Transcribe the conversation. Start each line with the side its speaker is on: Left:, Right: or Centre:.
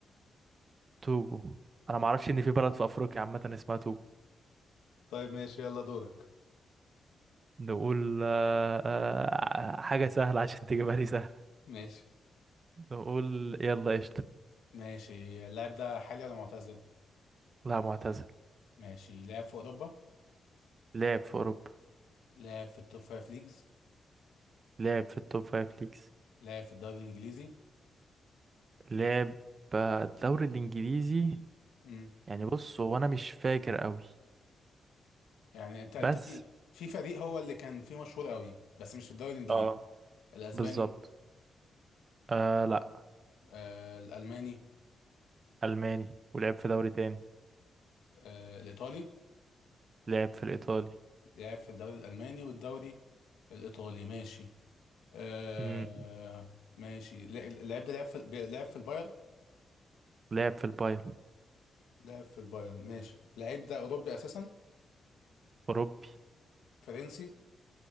Right: توجو انا ما اعرفش ان في بلد في افريقيا عامة اسمها توجو
Left: طيب ماشي يلا دورك
Right: نقول آه، آه، حاجة سهلة عشان تجيبها لي سهل
Left: ماشي
Right: نقول يلا قشطة
Left: ماشي اللاعب ده حالي ولا معتزل
Right: لا معتزل
Left: ماشي لاعب في اوروبا
Right: لعب في اوروبا
Left: لاعب في التوب فايف ليجز
Right: لعب في التوب فايف ليجز
Left: لاعب في الدوري الانجليزي
Right: لعب آه، الدوري الانجليزي
Left: امم
Right: يعني بص هو انا مش فاكر قوي
Left: يعني انت انت
Right: بس
Left: في في فريق هو اللي كان فيه مشهور قوي بس مش في الدوري الانجليزي
Right: اه
Left: الاسباني
Right: بالظبط آه لا
Left: آه الالماني
Right: الماني ولعب في دوري تاني
Left: آه الايطالي
Right: لعب في الإيطالي
Left: لعب في الدوري الالماني والدوري الايطالي ماشي آه
Right: مم.
Left: ماشي لا- اللعيب ده لعب في بي- لعب في البايرن
Right: لعب في البايرن
Left: لعب في البايرن ماشي اللعيب ده اوروبي اساسا
Right: أوروبي
Left: فرنسي